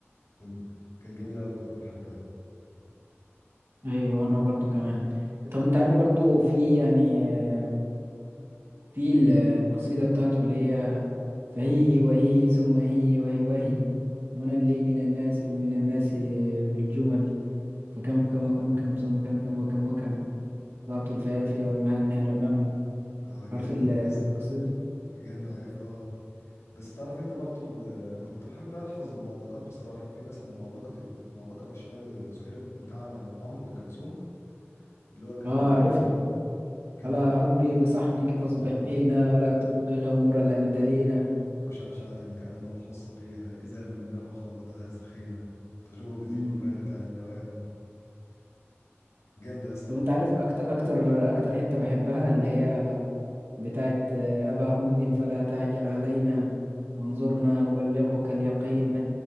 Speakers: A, on the left; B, on the right.
A: كنت كان جميل قوي كنت بحبها
B: أيوة أنا برضو كمان طب أنت عارف برضو في يعني آه، في ال- القصيدة بتاعته اللي هي فهيه وهيه ثم هيه وهي وهي منى لي من الناس من الناس بالجمل فكم كم وكم كم ثم كم كم وكم وكم ضعت الفيافية والمهامها لم أمل
A: اه جامده
B: عارف ال-
A: دي
B: القصيدة
A: يا اسطى
B: دي
A: جامده عارفها اه بس تعرف انت برضو ال- انا كنت بحب احفظ المعلقات بصراحه في مثلا معلقه المعلقه للشاعر زهير بتاع عمرو بن كلثوم اللي هو كان
B: اه عارفها
A: كان
B: ألا
A: بيتكلم
B: هبي بصحنك فاصبحينا
A: اه
B: ولا تبقي خمور الأندلينا
A: مشعشعة كأن الحص فيها إذا ما الماء خالطها سخينة تجور بذي
B: مم.
A: اللبانة عن نوائه جامدة يا اسطى
B: طب انت عارف اكتر اكتر اكتر حتة بحبها اللي هي بتاعت آه، أبا هند فلا تعجل علينا وانظرنا نبلغك اليقين